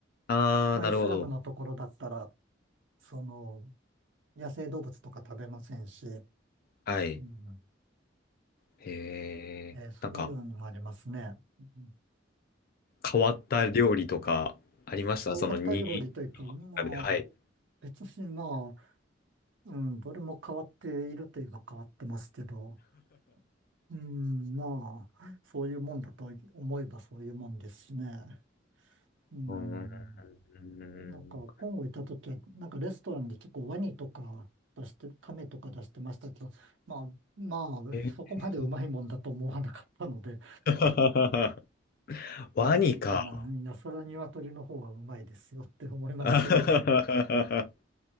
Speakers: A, on the left; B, on the right.
A: あー、
B: まあ、
A: なるほど。
B: イスラムのところだったら、その、野生動物とか食べませんし、
A: はい。
B: うん
A: えー、
B: えーそういうのもありますね。
A: なんか、
B: うん
A: 変わった料理とかありましたそのに
B: 変わった料理というか、まあ、
A: 調べて、はい。
B: 別にまあ、うん、どれも変わっているといえば変わってますけど、うん、まあ、そういうもんだと思えばそういうもんですしね。うん
A: うーん。
B: なんか、コンゴ行った時は、なんかレストランで結構ワニとか出して、カメとか出してましたけど、まあ、まあ、
A: え
B: そこまでうまいもんだと思わなかったので、
A: ー <laughs>、
B: <laughs>
A: ワニか。
B: まあいいかな。いや、それは鶏の方がうまいですよって思いますけど。
A: <laughs>